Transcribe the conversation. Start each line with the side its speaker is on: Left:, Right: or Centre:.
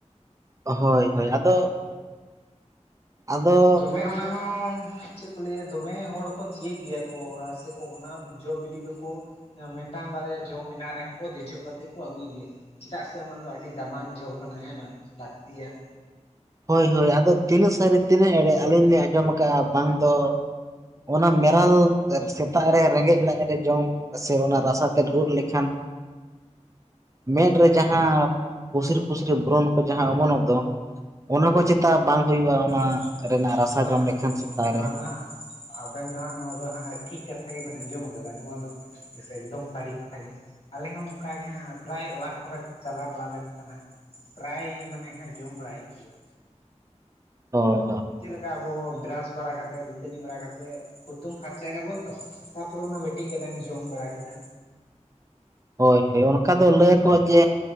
Right: ᱦᱳᱭ ᱦᱳᱭ ᱟᱫᱚ ᱟᱫᱚ
Left: ᱫᱚᱢᱮ ᱚᱱᱟ ᱦᱚᱸ ᱪᱮᱜ ᱠᱚ ᱞᱟᱹᱭᱟ ᱫᱚᱢᱮ ᱦᱚᱲ ᱠᱚ ᱛᱤᱭᱟᱹᱜ ᱜᱮᱭᱟ ᱠᱚ ᱟᱨ ᱥᱮᱠᱚ ᱚᱱᱟ ᱡᱚ ᱵᱤᱞᱤ ᱫᱚᱠᱚ ᱢᱤᱴᱟᱝ ᱵᱟᱨᱭᱟ ᱡᱚ ᱢᱮᱱᱟᱜ ᱨᱮᱦᱚᱸ ᱠᱚ ᱫᱮᱡᱚᱜ ᱠᱟᱛᱮᱜ ᱠᱚ ᱟᱹᱜᱩᱭ ᱜᱮᱭᱟ᱾ ᱪᱮᱫᱟᱜ ᱥᱮ ᱚᱱᱟ ᱫᱚ ᱟᱹᱰᱤ ᱫᱟᱢᱟᱱ ᱡᱚ ᱠᱟᱱᱟ ᱦᱮᱸ ᱵᱟᱝ ᱞᱟᱹᱠᱛᱤ ᱭᱟᱱ᱾
Right: ᱦᱳᱭ ᱦᱳᱭ ᱟᱫᱚ ᱛᱤᱱᱟᱹᱜ ᱥᱟᱹᱨᱤ ᱛᱤᱱᱟᱹᱜ ᱮᱲᱮ ᱟᱹᱞᱤᱧ ᱞᱤᱧ ᱟᱸᱡᱚᱢ ᱟᱠᱟᱜᱼᱟ ᱵᱟᱝ ᱫᱚ ᱚᱱᱟ ᱢᱮ ᱨᱟᱞ ᱥᱮᱛᱟᱜ ᱨᱮ ᱨᱮᱸᱜᱮᱡ ᱞᱟᱡ ᱨᱮ ᱡᱚᱢ ᱥᱮ ᱚᱱᱟ ᱨᱟᱥᱟᱛᱮᱫ ᱩᱫ ᱞᱮᱠᱷᱟᱱ ᱢᱮᱫ ᱨᱮ ᱡᱟᱦᱟ ᱯᱩᱥᱨᱤ ᱯᱩᱥᱨᱤ ᱵᱳᱨᱳᱱ ᱠᱚ ᱡᱟᱸᱦᱟ ᱚᱢᱚᱱᱚᱜ ᱫᱚ ᱚᱱᱟ ᱠᱚ ᱪᱮᱛᱟ ᱵᱟᱝ
Left: ᱚᱱᱟ
Right: ᱦᱩᱭᱩᱜᱼᱟ
Left: ᱠᱚ ᱪᱮᱠᱟ
Right: ᱚᱱᱟ
Left: ᱵᱟᱝ ᱦᱩᱭᱩᱜᱼᱟ
Right: ᱨᱮᱱᱟᱜ ᱨᱟᱥᱟ
Left: ᱦᱳᱭ
Right: ᱡᱚᱢ
Left: ᱦᱳᱭ
Right: ᱞᱮᱠᱷᱟᱱ ᱥᱮᱛᱟᱜ
Left: ᱚᱱᱟ
Right: ᱨᱮ
Left: ᱫᱚ ᱦᱟᱸᱜ ᱟᱵᱮᱱ ᱫᱚ ᱦᱟᱸᱜ ᱱᱚᱣᱟ ᱠᱚᱫᱚ ᱦᱟᱸᱜ ᱴᱷᱤᱠ ᱠᱟᱛᱷᱟ ᱜᱮᱵᱮᱱ ᱟᱸᱡᱚᱢ ᱠᱟᱫᱟ ᱱᱚᱣᱟ ᱫᱚ ᱮᱠᱫᱚᱢ ᱥᱟᱹᱨᱤ ᱠᱟᱛᱷᱟ ᱜᱮ᱾ ᱟᱞᱮ ᱦᱚᱸ ᱚᱱᱠᱟ ᱜᱮ ᱦᱟᱸᱜ ᱯᱮᱨᱟᱭ ᱚᱲᱟᱜ ᱠᱚᱨᱮᱜ ᱪᱟᱞᱟ ᱵᱟᱲᱟ ᱞᱮᱱᱠᱷᱟᱱ ᱦᱟᱸᱜ ᱯᱮᱨᱟᱭ ᱢᱟᱱᱮ ᱦᱟᱸᱜ ᱡᱚᱢ ᱵᱟᱲᱟᱭ ᱦᱩᱭᱩᱜ ᱜᱮᱭᱟ᱾
Right: ᱦᱳᱭ
Left: ᱢᱟᱱᱮ ᱪᱮᱫ ᱞᱮᱠᱟ ᱟᱵᱚ ᱵᱮᱨᱟᱥ ᱵᱟᱲᱟ ᱠᱟᱛᱮᱜ ᱫᱟᱹᱛᱟᱹᱱᱤ ᱵᱟᱲᱟ ᱠᱟᱛᱮᱜ ᱦᱩᱛᱩᱢ ᱯᱷᱟᱨᱪᱟᱭ ᱟᱵᱚᱱ ᱛᱚ ᱛᱟᱯᱚᱨᱮ ᱚᱱᱟ ᱢᱤᱫᱴᱤᱡ ᱜᱟᱱᱮᱢ ᱡᱚᱢ ᱵᱟᱲᱟ ᱠᱮᱫᱟ᱾
Right: ᱦᱳᱭ ᱦᱳᱭ ᱚᱱᱠᱟ ᱫᱚ ᱞᱟᱹᱭ ᱟᱠᱚᱣᱟ ᱡᱮ